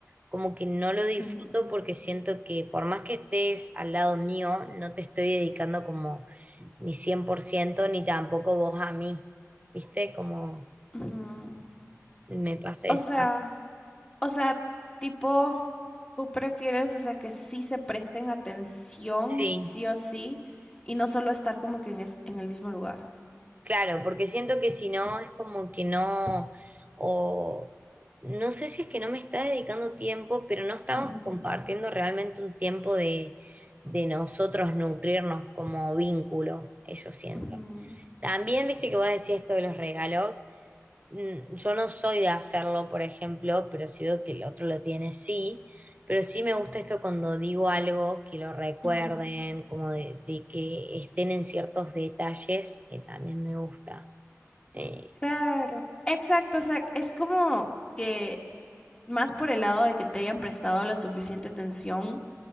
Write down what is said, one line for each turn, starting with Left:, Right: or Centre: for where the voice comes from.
Right: como que no lo disfruto
Left: jeje,
Right: porque siento que por más que estés al lado mío, no te estoy dedicando como ni 100% ni tampoco vos a mí, ¿viste? Como
Left: ajá.
Right: me pasa
Left: O
Right: eso.
Left: sea... O sea, tipo, tú prefieres, o sea, que sí se presten atención,
Right: Sí,
Left: sí o sí, y no solo estar como que en, es- en el mismo lugar.
Right: claro, porque siento que si no
Left: Ujú.
Right: es como que no, o no sé si es que no me está dedicando tiempo, pero no estamos
Left: Ujú,
Right: compartiendo realmente un tiempo de, de nosotros nutrirnos como vínculo, eso siento.
Left: ujú,
Right: También viste que vos decías esto de los regalos. mm, yo no soy de hacerlo, por ejemplo, pero si veo que el otro lo tiene, sí. Pero sí me gusta esto cuando digo algo, que lo recuerden,
Left: ujú.
Right: como de, de que estén en ciertos detalles, eh, también me gusta. Eh,
Left: Claro, exacto, o sea, es como que más por el lado de que te hayan prestado la suficiente atención